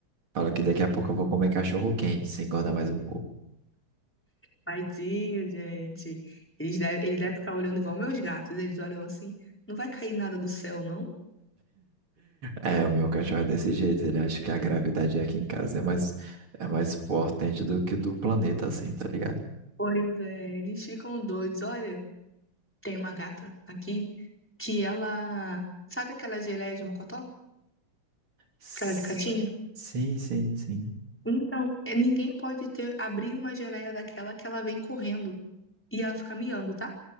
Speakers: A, on the right (about 75°); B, in the centre.
A: Falo que daqui a pouco eu vou comer cachorro quente, se engordar mais um pouco.
B: tadinho, gente. Eles deve, ele deve ficar olhando igual meus gatos. Eles olham assim, não vai cair nada do céu, não?
A: É, o meu cachorro é desse jeito, ele acha que a gravidade aqui em casa é mais, é mais potente do que do planeta, assim, tá ligado?
B: Pois é, eles ficam doidos. Olha, tem uma gata aqui que ela. Sabe aquela geleia de mocotó?
A: S-
B: Aquela de catinha?
A: Sim, sim, sim.
B: Então, é, ninguém pode ter abrir uma geleia daquela que ela vem correndo. E ela fica miando, tá?